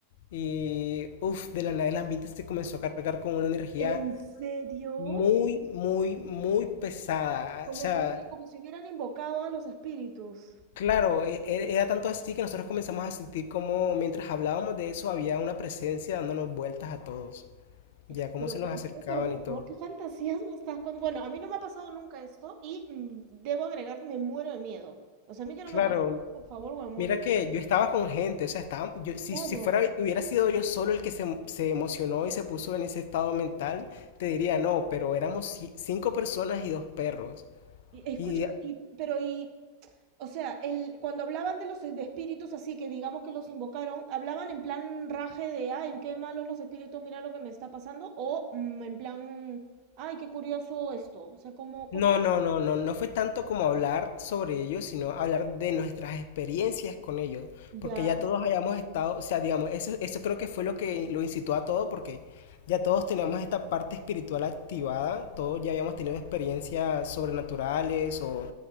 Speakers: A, on the left; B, on the right.
A: Y uff, de la nada el ambiente se comenzó a cargar con una energía
B: ¿En serio?
A: muy, muy, muy pesada.
B: Como
A: O sea,
B: si hubi- como si hubieran invocado a los espíritus.
A: claro, e- e- era tanto así que nosotros comenzamos a sentir como mientras hablábamos de eso había una presencia dándonos vueltas a todos.
B: Es-
A: Ya, cómo
B: Pero
A: se
B: por,
A: nos acercaban
B: <laughs> pero por
A: y todo.
B: favor, qué fantasías me estás contando. Bueno, a mí no me ha pasado nunca esto y mm, debo agregar que me muero de miedo. O sea, a mí que no
A: Claro,
B: me pasa, por favor, me muero
A: mira
B: de
A: que
B: miedo.
A: yo estaba con gente, o sea, estaba, yo, si,
B: Claro.
A: si fuera, hubiera sido yo solo el que se, se emocionó y se puso en ese estado mental, te diría no, pero éramos ci- cinco personas y dos perros.
B: Y, escúchame,
A: Y
B: y- pero y, o sea, el, cuando hablaban de los e, de espíritus así que digamos que los invocaron, ¿hablaban en plan raje de, ay, qué malos los espíritus, mira lo que me está pasando? O mm, en plan, ay, qué curioso esto. O sea, ¿cómo, cómo
A: No,
B: era?
A: no, no, no, no fue tanto como hablar sobre ellos, sino hablar de nuestras experiencias con ellos,
B: Ya.
A: porque ya todos hayamos estado, o sea, digamos, eso, eso creo que fue lo que lo incitó a todo, porque ya todos teníamos esta parte espiritual activada, todos ya habíamos tenido experiencias sobrenaturales o